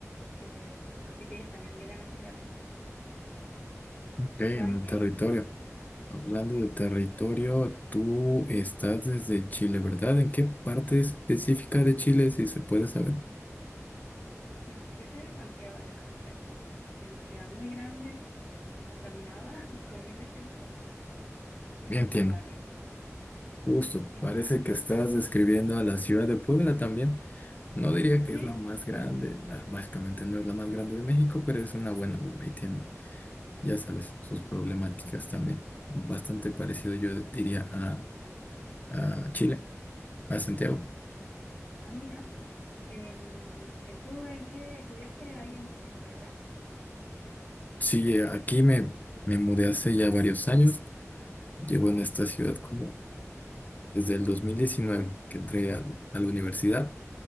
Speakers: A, on the left; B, on the left.
A: eh, así que ellos también vienen a enseñarnos.
B: Ok,
A: ¿Y
B: en
A: tú, Ángel?
B: el territorio. Hablando de territorio, tú
A: ¿Mm?
B: estás desde Chile, ¿verdad? ¿En qué parte específica de Chile, si se puede saber?
A: Sí, yo soy de Santiago de la capital, que es una ciudad muy grande, contaminada, <laughs> con mucha gente y
B: Bien,
A: muchos
B: entiendo.
A: barrios.
B: Justo,
A: Mm, ¿Y
B: parece
A: tú, Ángel?
B: que estás describiendo a la ciudad de Puebla también. No diría que
A: Sí.
B: es la más grande, bah, básicamente no es la más grande de México, pero es una buena urbe y tiene ya sabes, sus problemáticas también. Bastante parecido, yo diría, a, a Chile, a Santiago.
A: Ah, mira. En, en- ¿tú en qué estudiaste ahí en, en Puebla?
B: Sí, eh, aquí me, me mudé hace ya varios años. Llevo en esta ciudad como desde el 2019 que entré al- a la universidad